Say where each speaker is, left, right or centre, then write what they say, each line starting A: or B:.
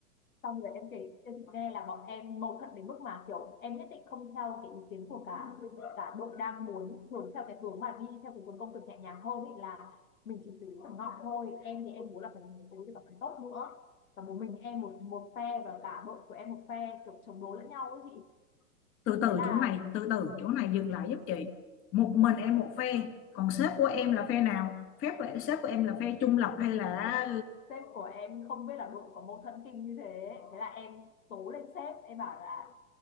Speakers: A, on the left; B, on the left.
A: xong rồi em kể cho chị nghe là bọn em mâu thuẫn đến mức mà kiểu em nhất định không theo cái ý kiến của cả cả đội đang muốn hướng theo cái hướng mà đi theo cái hướng công việc nhẹ nhàng hơn ý là mình chỉ xử lý thằng ngọn thôi em thì em muốn là phải xử lý được cả tốt nữa và một mình em một một phe và cả đội của em một phe kiểu chống đối lẫn nhau ấy chị
B: từ từ
A: thế là
B: chỗ này từ từ chỗ này dừng lại giúp chị một mình em một phe còn sếp của em là phe nào phép của sếp của em là phe trung lập hay là
A: sếp sếp của em không biết là đội có mâu thuẫn kinh như thế thế là em tố lên sếp em bảo là